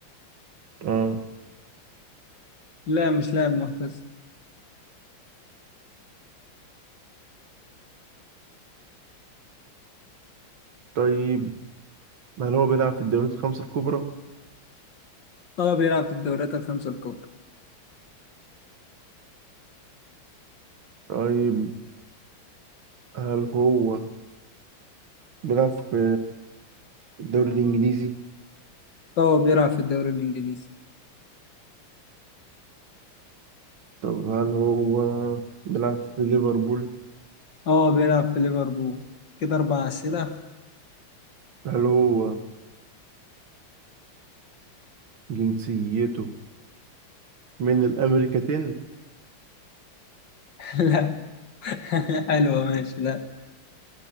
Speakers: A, on the right; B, on the left.
A: اه
B: لا مش لاعب معتزل
A: طيب هل هو بيلعب في الدوريات الخمسة الكبرى؟
B: اه بيلعب في الدوريات الخمسة الكبرى
A: طيب هل هو بيلعب في الدوري الإنجليزي؟
B: اه بيلعب في الدوري الإنجليزي
A: طب هل هو بيلعب في ليفربول؟
B: اه بيلعب في ليفربول كده أربع أسئلة
A: هل هو جنسيته من الأمريكتين؟
B: <laughs> لا <laughs> حلوة ماشي لا